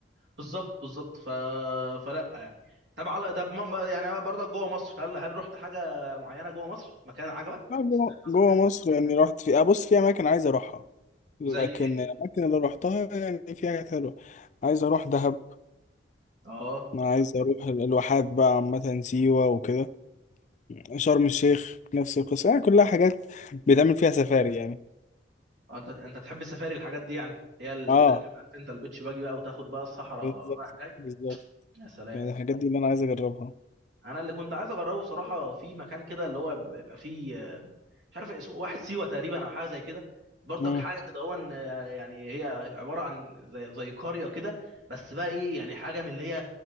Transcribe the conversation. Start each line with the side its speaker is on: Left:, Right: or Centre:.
Right: بالظبط بالظبط ف... فلا يعني طب على طب ما- يعني برضك جوه مصر هل هل رحت حاجه معينه جوه مصر مكان عجبك
Left: لا جوه
Right: سافرت مثلا
Left: جوه
Right: مكان
Left: مصر يعني رحت في ابص في اماكن عايز اروحها لكن
Right: زي ايه
Left: الاماكن اللي روحتها يعني في حاجات حلوة عايز اروح دهب
Right: اه
Left: ما عايز اروح ال- الواحات بقى عامة سيوة وكده شرم الشيخ نفس القصة يعني كلها حاجات بيتعمل فيها سفاري يعني
Right: آه، انت انت تحب السفاري الحاجات دي يعني هي اللي
Left: اه
Right: تركب عارف انت البيتش باجي بقى وتاخد بقى الصحراء
Left: بالظبط
Right: رايح جاي
Left: بالظبط
Right: يا سلام
Left: يعني الحاجات دي اللي انا عايز اجربها
Right: انا اللي كنت عايز اجربه بصراحه في مكان كده اللي هو بيبقى فيه آه، مش عارف اسمه واحد سيوه تقريبا او حاجه زي كده برضك
Left: مم.
Right: حاجه كده هو إن، آه، يعني هي عباره عن زي زي قريه كده بس بقى ايه يعني حاجه من اللي هي